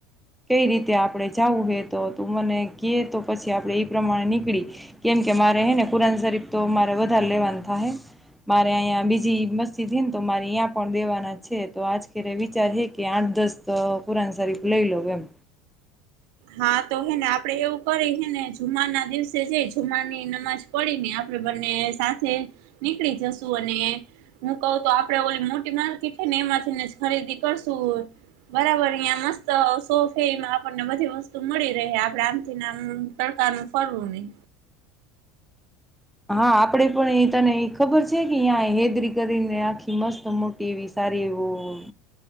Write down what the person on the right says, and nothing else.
હા તો હેને આપડે એવું કરી હે ને જુમા ના દિવસે જઈ જુમારની નમાજ પડીને આપણે બંને સાથે નીકળી જશું અને હું કઉ તો આપડે ઓલી મોટી માલકી થઈ ને એમાંથી ને જ ખરીદી કરશું બરાબર અં મસ્ત સોફેમાં આપણને બધીસ્ મળી રહે આપડે આમથી ના આમ તડકાનું ફરવું નહી.